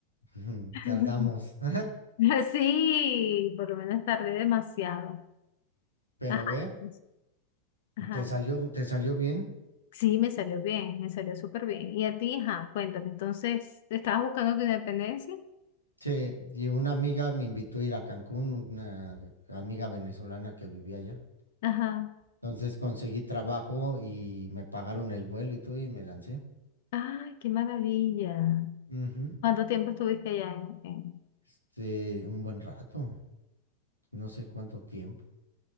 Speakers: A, on the right; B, on the left.
A: <laughs>
B: <laughs>
A: Tardamos. <laughs>
B: Sí, por lo menos tardé demasiado.
A: Pero
B: Ajá,
A: ve,
B: pues, ajá.
A: te salió, te salió bien.
B: Sí, me salió bien, me salió súper bien. Y a ti, ajá, cuéntame, entonces, ¿estabas buscando tu independencia?
A: Sí, y una amiga me invitó a ir a Cancún, una amiga venezolana que vivía allá.
B: Ajá.
A: Entonces conseguí trabajo y me pagaron el vuelo y todo y me lancé.
B: Ay, qué maravilla.
A: Ujú.
B: ¿Cuánto tiempo estuviste allá en, en-
A: Este, un buen rato, no sé cuánto tiempo.